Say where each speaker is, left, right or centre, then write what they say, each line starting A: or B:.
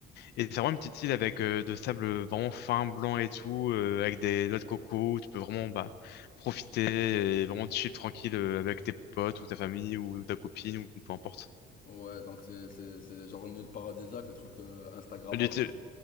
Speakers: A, on the left; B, on the left.
A: Et c'est vraiment une petite île avec euh, de sable vraiment fin, blanc et tout, euh, avec des noix de coco, où tu peux vraiment bah, profiter et vraiment chill tranquille euh, avec tes potes ou ta famille ou ta copine ou peu importe.
B: Ouais, donc c'est c'est- c'est genre une île paradisiaque, les trucs euh, Instagrammables.
A: Litté-